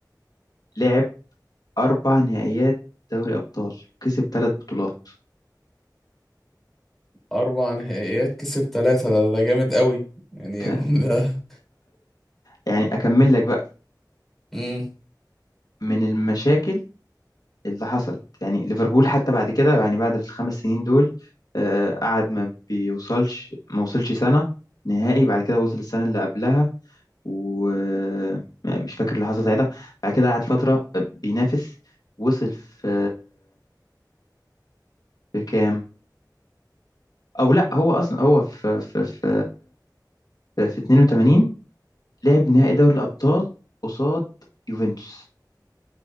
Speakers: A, on the left; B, in the centre.
A: لعب أربع نهائيات دوري أبطال كسب ثلاث بطولات
B: أربع نهائيات كسب ثلاثة ده ده جامد قوي يعني
A: ت-
B: <laughs> ده
A: يعني أكمل لك بقى
B: مم.
A: من المشاكل اللي حصلت يعني ليفربول حتى بعد كده يعني بعد الخمس سنين دول آه، قعد ما بيوصلش ما وصلش سنة نهائي بعد كده وصل السنة اللي قبلها ومش فاكر اللي حصل ساعتها بعد كده قعد فترة بينافس وصل في في كام او لا هو اصلا هو في في في في 82 لعب نهائي دوري الابطال قصاد يوفنتوس